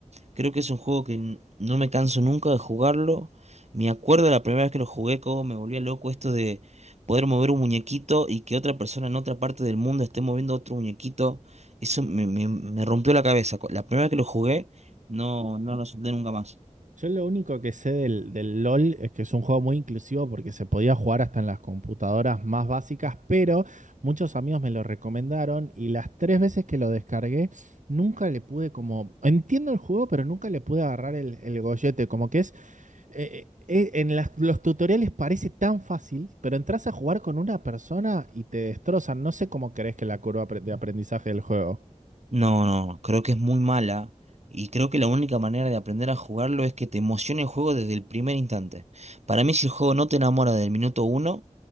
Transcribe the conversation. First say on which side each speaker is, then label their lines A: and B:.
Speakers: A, on the right; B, on the right.
A: Creo que es un juego que n- no me canso nunca de jugarlo. Me acuerdo de la primera vez que lo jugué, cómo me volvía loco esto de poder mover un muñequito y que otra persona en otra parte del mundo esté moviendo otro muñequito. Eso me, me- me rompió la cabeza. Cu- La primera vez que lo jugué, no, no lo solté nunca más.
B: Yo lo único que sé del, del LOL es que es un juego muy inclusivo porque se podía jugar hasta en las computadoras más básicas, pero muchos amigos me lo recomendaron y las tres veces que lo descargué nunca le pude como... Entiendo el juego, pero nunca le pude agarrar el, el gollete, como que es... eh, eh, eh, en las- los tutoriales parece tan fácil, pero entras a jugar con una persona y te destrozan. No sé cómo crees que la curva apre- de aprendizaje del juego.
A: No, no, no, creo que es muy mala. Y creo que la única manera de aprender a jugarlo es que te emocione el juego desde el primer instante. Para mí, si el juego no te enamora del minuto uno,